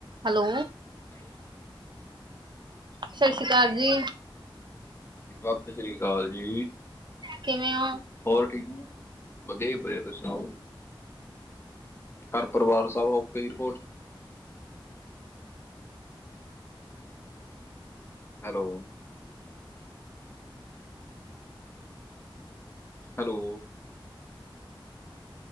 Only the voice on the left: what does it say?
hello
ਸਤਿ ਸ੍ਰੀ ਅਕਾਲ ਜੀ।
ਹੋਰ ਠੀਕ ਔ, ਵਧੀਆ ਜੀ ਵਧੀਆ, ਤੁਸੀ ਸੁਨਾਓ? ਘਰ-ਪਰਵਾਰ ਸਬ ਓਕੇ ਦੀ report? Hello hello